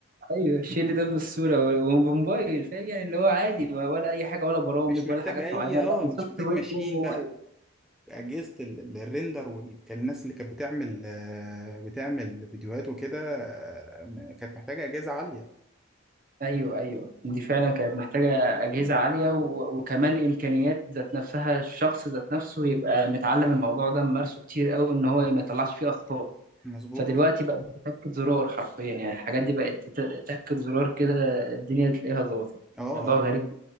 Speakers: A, on the right; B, in the centre.
A: ايوه الشيل ده بالصوره وبموبايل فاهم يعني اللي هو عادي ما- ولا اي حاجه ولا برامج
B: مش محتاج
A: ولا حاجات
B: اي
A: معينه لا
B: اه
A: ده
B: مش
A: سوفت
B: محتاج
A: وير
B: ماشين
A: جوه الموبايل
B: اجهزه ال- ال- الريندر والناس اللي كانت بتعمل آه، بتعمل فيديوهات وكده آه، م- كانت محتاجه اجهزه عاليه
A: ايوه ايوه دي فعلا كانت محتاجه اجهزه
B: مم.
A: عاليه و... وكمان امكانيات ذات نفسها الشخص ذات نفسه يبقى متعلم الموضوع ده ممارسه كتير قوي ان هو ما يطلعش فيه اخطاء
B: مظبوط
A: فدلوقتي بقت بتاكد زرار حرفيا يعني الحاجات دي بقت تت- تاكد زرار كده الدنيا تلاقيها ظبطت
B: اه
A: موضوع غريب
B: اه